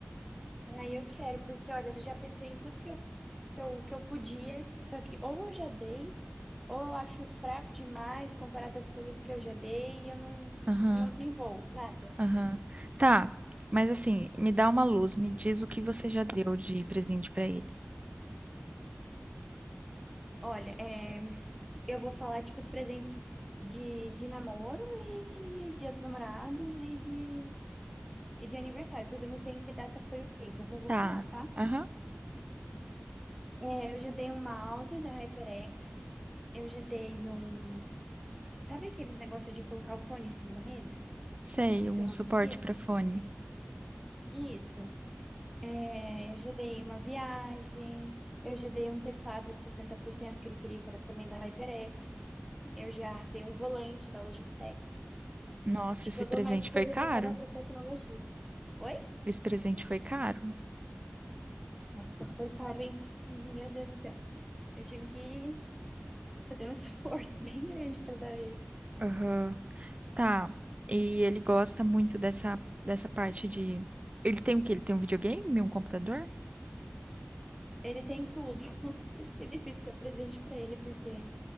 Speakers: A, in the centre; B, on the right.
A: Ah, eu quero, porque olha, eu já pensei em tudo que eu, que eu, que eu podia, só que ou eu já dei, ou eu acho fraco demais comparado às coisas que eu já dei e eu não,
B: Aham,
A: não desenvolvo nada.
B: aham. Tá, mas assim, me dá uma luz, me diz o que você já deu de presente para ele.
A: Olha, é, eu vou falar, tipo, os presentes de, de namoro e de Dia dos Namorados e de, e de aniversário, porque eu não sei em que data foi o quê, então só vou
B: Tá,
A: falar, tá?
B: aham,
A: É, eu já dei um mouse da HyperX, eu já dei um... Sabe aqueles negócios de colocar o fone em cima da mesa?
B: sei,
A: Eu esqueci
B: um
A: o nome
B: suporte
A: daquilo.
B: para fone.
A: Isso. É, eu já dei uma viagem, eu já dei um teclado 60% que ele queria, que era também da HyperX. Eu já dei um volante da Logitech.
B: Nossa,
A: Tipo,
B: esse
A: eu
B: presente
A: dou mais coisa
B: foi caro?
A: voltada para tecnologia. Oi?
B: Esse presente foi caro?
A: Nossa, foi caro, hein? Meu Deus do céu. Eu tive que fazer um esforço <laughs> bem grande para dar ele.
B: Aham. Tá. E ele gosta muito dessa, dessa parte de. Ele tem o quê? Ele tem um videogame, um computador?
A: Ele tem tudo. <laughs> Por isso que é difícil dar presente para ele, porque